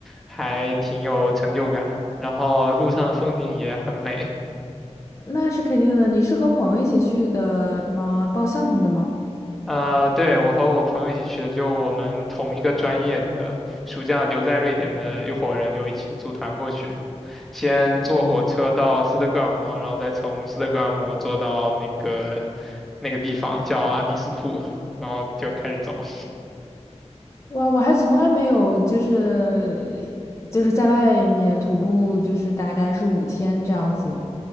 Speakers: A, in the centre; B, on the left.
A: 还挺有成就感。然后路上的风景也很美。
B: 那是肯定的。你是和朋友一起去的吗？报项目的吗？
A: 啊。对，我和我朋友一起去的，就我们同一个专业的，暑假留在瑞典的一伙人就一起组团过去。先坐火车到斯德哥尔摩，然后再从斯德哥尔摩坐到那个那个地方叫阿比斯库，然后就开始走。
B: 哇，我还从来没有就是就是在外面徒步，就是大概是五天这样子。